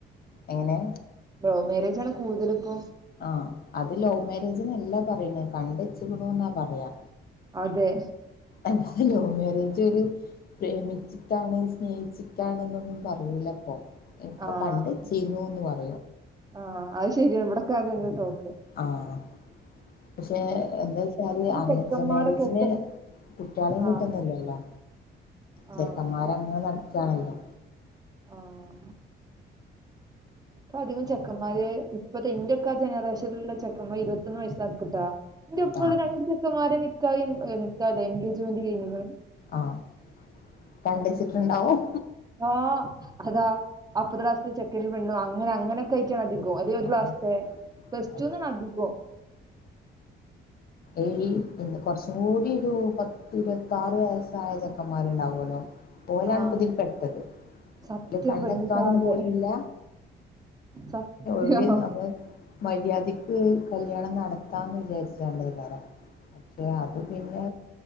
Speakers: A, on the left (about 50°); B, on the right (about 20°).
A: എങ്ങനെ
B: ലൗ മേരേജ് ആണ് കൂടുതൽ ഇപ്പോ
A: ആഹ് അത് ലവ് മാരേജന്നല്ലാ പറയണ് കണ്ടചേക്ണു എന്നാ പറയാ
B: അതെ
A: അല്ല ലവ് മാരേജ് ഒരു പ്രേമി ിട്ടാണ് സ്നേഹിച്ചിട്ടാണ് എന്നൊന്നും പറയൂല അപ്പൊ ഇപ്പൊ
B: ആഹ്
A: കണ്ട് ചെയ്യുന്നുന്ന് പറഞ്ഞു
B: ആഹ് അത് ശരിയാണ് ഇവിടെക്കാദ്യായ്ട്ട് നോക്ക
A: ആഹ് പക്ഷെ എന്താ വച്ചാല് അറേഞ്ച്
B: ചെക്കന്മാരൊക്കെ
A: മാരേജില്
B: എത്ര
A: കുറ്റാളും
B: ആഹ്
A: കിട്ടുന്നില്ലല്ലോ
B: ആഹ്
A: ചെക്കന്മാരങ്ങനെ നടക്കയാണല്ലോ
B: ആഹ് ഇപ്പൊ അധികം ചെക്കന്മാര് ഇപ്പത്തെ എന്റെയൊക്കെ ജനറേഷനുള്ള ചെക്കന്മാർ ഇരുപത്തൊന്ന് വയസ്സാക്കിട്ടാ എന്റെ ഒപ്പള്ള
A: ആഹ്
B: രണ്ട് ചെക്കന്മാരെ നിക്കാഹ് <unintelligible> എൻഗേജ്മെന്റ് കഴഞ്ഞിക്ണ്
A: ആഹ് കണ്ടച്ചിട്ടുണ്ടാവും
B: ആ അതാ അപ്പരദാസ ചെക്കനുപെണ്ണു അങ്ങനെ അങ്ങനൊക്കെ അധികവും അതെ ഒരു
A: ആഹ്
B: ക്ലാസ്ത്തെ പ്ലസ്
A: അതെ
B: ടു ന്നാണധികവും
A: ഏയ് ഒന്ന് കൊറച്ചും കൂടി ഒരു പത്തിരുപത്താറ് വയസ്സായ ചെറ്ക്കന്മാരുണ്ടാവുമല്ലോ ഓലാണ്
B: ആഹ്
A: പ്പിതീ പെട്ടത്
B: സത്യം
A: ഓരു കണ്ടെക്കാനും
B: പെണ്ണില്ലാതെ
A: പോയില്ല
B: സത്യം
A: എവിടെ
B: ആഹ്
A: നമ്മ മര്യാദ്ക്ക് കല്യാണം നടത്ത കിത്താന്ന് വിചാരിച്ചാണ്ട് കാരം പക്ഷെ അത് പിന്നെ